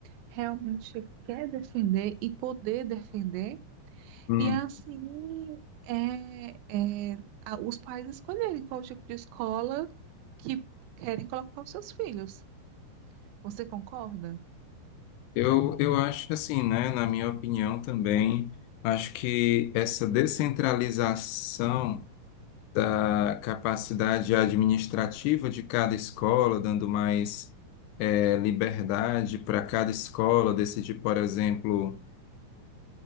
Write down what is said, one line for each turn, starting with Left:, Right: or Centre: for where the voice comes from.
Right: realmente quer defender e poder defender
Left: Uhum.
Right: e assim, é, é, a- os pais escolherem qual tipo de escola que querem colocar os seus filhos. Você concorda?
Left: Eu, eu acho assim, né? Na minha opinião também, acho que essa descentralização da capacidade administrativa de cada escola, dando mais eh, liberdade para cada escola decidir, por exemplo,